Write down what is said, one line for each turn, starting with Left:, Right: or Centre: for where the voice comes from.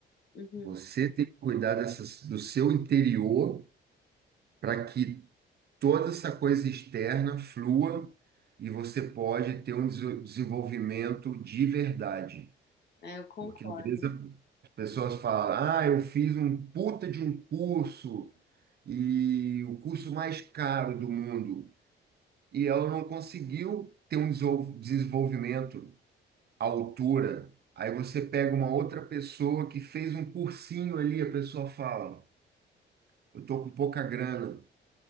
Left: uhum.
Right: Você tem que cuidar dessas, do seu interior para que toda essa coisa externa flua e você pode ter um des- desenvolvimento de verdade.
Left: É, eu concordo.
Right: Porque às vezes as pessoas falam, ah, eu fiz um puta de um curso e o curso mais caro do mundo. E ela não conseguiu ter um desol- desenvolvimento à altura. Aí você pega uma outra pessoa que fez um cursinho ali, a pessoa fala, eu tô com pouca grana.